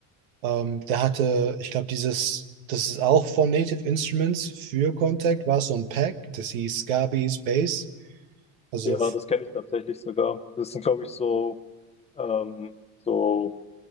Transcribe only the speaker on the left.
Ja, das kenne ich tatsächlich sogar. Das sind, glaube ich, so, ähm, so,